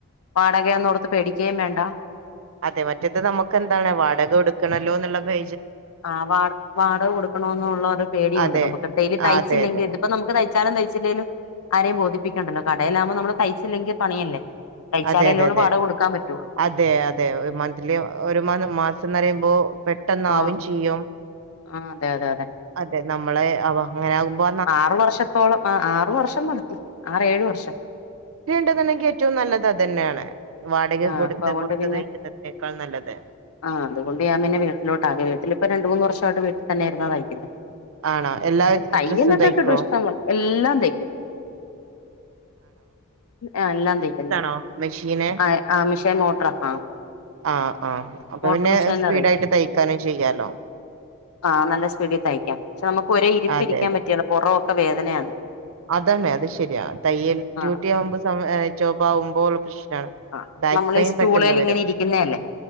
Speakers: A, on the left; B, on the right.
A: വാടകയൊന്ന് ഓർത്ത് പേടിക്ക്യം വേണ്ടാ
B: അതെ മറ്റത് നമ്മക്ക് എന്താണ് വാടക കൊട്ക്കണല്ലോ എന്നുള്ളാ പേ
A: ആഹ് വാട വാടാകൊടുക്കണോന്നുള്ള ഒര് പേടിയോണ്ട്
B: അതെ
A: നമ്മക്ക് എന്തേലും
B: ആ
A: തെയ്ച്ചില്ലെങ്കി
B: അതെ അതെ
A: ഇത് ഇപ്പേ നമ്മക്ക് തെ തയ്ചാലും തെയ്ച്ചില്ലലും ആരേയും ബോധിപ്പിക്ക്യാണ്ടല്ലോ കടേലാമ്പോ നമ്മള് തെയ്ച്ചില്ലെങ്കി പണിയല്ലേ തയ്ച്ചാലല്ലേ
B: അതെ അതെ
A: ഉള്ളൂ
B: അതെ
A: വാടക
B: അ
A: കൊടുക്കാൻ പറ്റുള്ളൂ
B: അതെ അതെ ഒര് മന്ത്ലി ഒര് മാസം എന്ന് അറയ്മ്പോ പെട്ടന്ന്
A: ആഹ്
B: ആവും ചെയ്യും
A: ആഹ് അതെ അതെ
B: അതെ നമ്മളെ അവ അങ്ങനെ ആക്മ്പോ
A: ആറ് വർഷത്തോളം ആഹ് ആറ് വർഷം നടത്തി ആറേ ഏഴ് വർഷം
B: ണെങ്കിൽ ഏറ്റോം നല്ലത് അത് തന്നെയാണ് വാടകെ
A: ആഹ്
B: കൊട്ത്ത്
A: അപ്പൊ അതുകൊണ്ട്
B: പൊറത്ത്
A: പിന്നെ
B: തെയ്ക്കുന്നതിനേക്കാള് നല്ലത്
A: ആഹ് അത് കൊണ്ട് ഞാൻ വീട്ടിലോട്ട്കെ വീട്ടിപ്പോ രണ്ട് മൂന്ന് വർഷായിട്ട് വീട്ടി തന്നേ ഇര്ന്നാ തെയ്യ്ക്ന്നേ
B: ആണോ എല്ലാ
A: തെയ്യലോക്കെ
B: ഡ്രസ്സും തയ്ക്കോ
A: കിട്ടും ഇഷ്ടപോലെ എല്ലാം തെയ്ക്കും ആഹ് എല്ലാം തെയ്ക്കും
B: ആഹ് മെഷ്ന്
A: ആഹ് ആഹ് മിഷൻ മോട്ടറാ ആഹ്
B: ആഹ് ആഹ് അപ്പൊ
A: മോട്ടർ
B: പിന്നെ
A: മിഷീനിലാ
B: സ്പീഡായിട്ട്
A: തയ്
B: തെയ്യാക്കാനും ചെയ്യാല്ലോ
A: ആഹ് നല്ലാ സ്പീഡി തെയ്ക്കാം പശേ നമ്മക്ക് ഒരേ ഇരിപ്പ്
B: അതെ
A: ഇരിക്കാൻ പറ്റില്ല പൊറക്കെ വേദനാണ്
B: അതാണേ അത് ശെരിയാ തെയ്യൽ ഡ്യൂട്ടി
A: അതെ
B: ആവ്മ്പോ ജോബ് ആകുമ്പോ ഉള്ള പ്രശ്നാണ്
A: ആഹ്
B: ബാക്ക്
A: നമ്മള്
B: പെയിൻ
A: ഈ സ്റ്റുളെ
B: പെട്ടെന്ന് വരും
A: ഇങ്ങനെ ഇരിക്ക്ന്നേ അല്ലേ